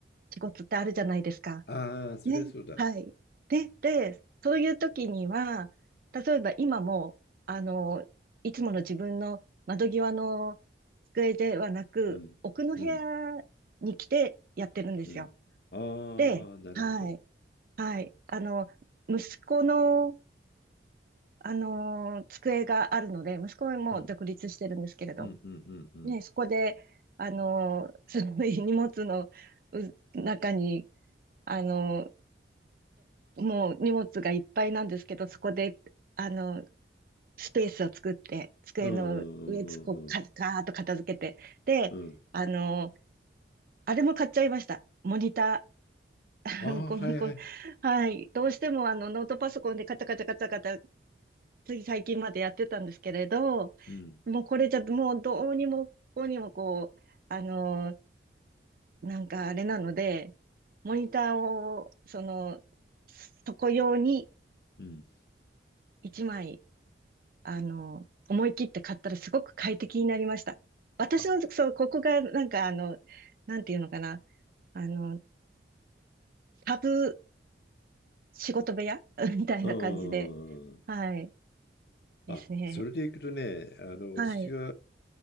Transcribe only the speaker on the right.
仕事ってあるじゃないですか。
ね、はい。で、で、そういう時には、例えば今も、あの、いつもの自分の窓際の机ではなく、
奥の部屋に来てやってるんですよ。
で、
はい、はい。あの、息子の、あの、机があるので、息子はもう独立してるんですけれど、
ね、そこで、あの、その <laughs> 荷物のう中に、あの、ともう荷物がいっぱいなんですけど、そこで、あの、スペースを作って、机の上、
こう、かガーッと片付けて、で、
あの、あれも買っちゃいました。モニター。<laughs>
このこのはい。
どうしてもあのノートパソコンでカタカタカタカタ、つい最近までやってたんですけれど、
もうこれじゃ、もうどうにもこうにもこう、あの、なんかあれなので、モニターを、その、そこ用に
1枚あの、思い切って買ったらすごく快適になりました。私の、
そう、ここが、なんか、あの、なんていうのかな、あの、タブ仕事部屋 <laughs> みたいな感じで、
はい、ですね。
はい、